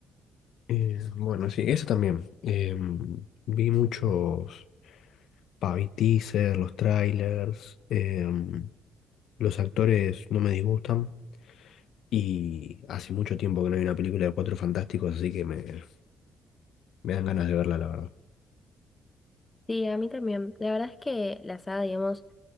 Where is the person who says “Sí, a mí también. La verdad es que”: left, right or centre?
Left